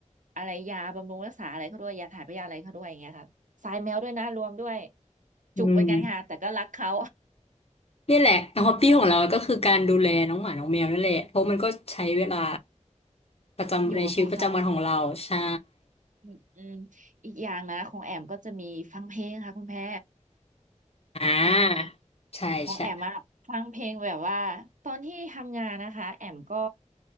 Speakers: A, on the right; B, on the left.
A: อะไรยาบำรุงรักษาอะไรเขาด้วยยาถ่ายพยาธิอะไรเขาด้วยอย่างเงี้ยค่ะทรายแมวด้วยนะรวมด้วย
B: อืม
A: จุกเหมือนกันค่ะแต่ก็รักเขา
B: นี่แหละฮอบบี้ของเราก็คือการดูแลน้องหมาน้องแมวนั่นแหละเพราะมันก็ใช้เวลาประจำในชีวิตประจำวันของเราใช่
A: <laughs> อยู่กับพวกเขาอืมอืมอีกอย่างนะของแอมก็จะมีฟังเพลงค่ะคุณแพร
B: อ่
A: อ่า
B: าใช่ใช่
A: ของแอมอะฟังเพลงแบบว่าตอนที่ทำงานนะคะแอมก็